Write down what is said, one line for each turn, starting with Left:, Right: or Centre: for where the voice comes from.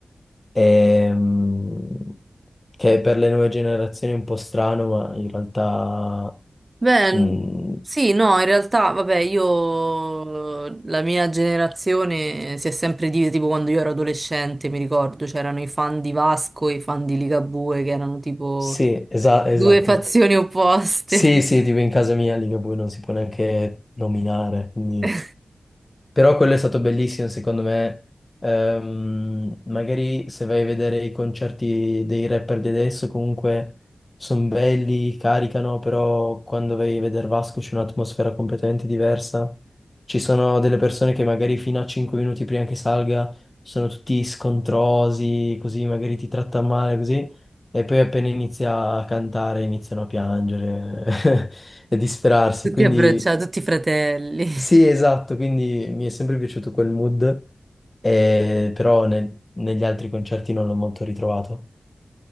Left: ehm, che per le nuove generazioni è un po' strano, ma in realtà...
Right: Beh,
Left: mm,
Right: sì, no, in realtà, vabbè, io, la mia generazione si è sempre divisa, tipo quando io ero adolescente, mi ricordo, c'erano i fan di Vasco e i fan di Ligabue, che erano tipo
Left: sì, esa-
Right: due
Left: esatto.
Right: fazioni opposte,
Left: Sì, sì, tipo in casa mia Ligabue non si può neanche nominare, quindi
Right: <laughs>
Left: Però quello è stato bellissimo, secondo me. Ehm, magari se vai a vedere i concerti dei rapper di adesso, comunque sono belli, caricano, però quando vai a vedere Vasco c'è un'atmosfera completamente diversa. Ci sono delle persone che magari fino a 5 minuti prima che salga sono tutti scontrosi, così magari ti tratta male, così. E poi appena inizia a cantare iniziano a piangere <laughs> e disperarsi.
Right: tutti
Left: Quindi
Right: abbracciati, tutti fratelli.
Left: sì, esatto, quindi mi è sempre piaciuto quel mood, eh, però nel- negli altri concerti non l'ho molto ritrovato.